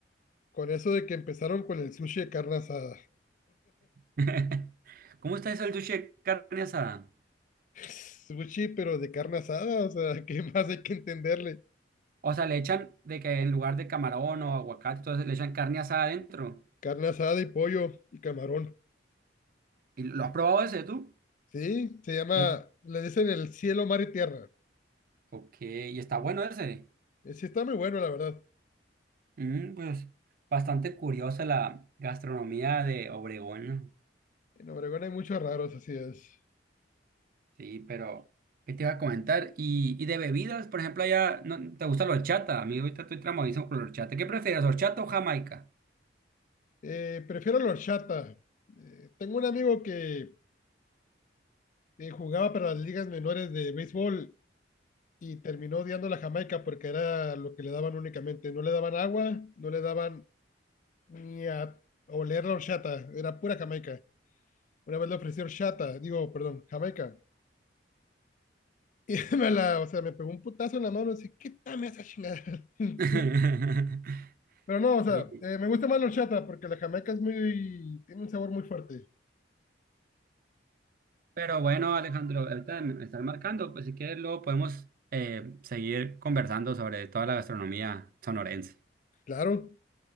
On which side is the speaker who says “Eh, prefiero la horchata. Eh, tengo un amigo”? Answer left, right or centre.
Left